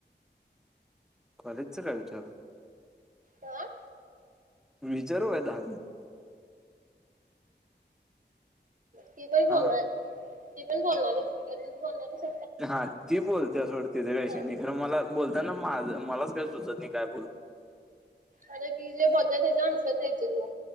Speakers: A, in the centre; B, on the right (about 45°).
A: कॉलेजचं काय विचारू
B: हा
A: विचारू काय दहा मिनिट
B: ती पण बोलणार
A: हा
B: ती पण बोलणार येच की काय तूच बोलणार एक
A: हा ती बोलते सोड तिज काय विषय
B: हा
A: नाही खरं मला बोलताना माझं मलाच काही सुचत नाही काय बोलू
B: अरे ती जे बोलते त्याचा आन्सर द्यायच तू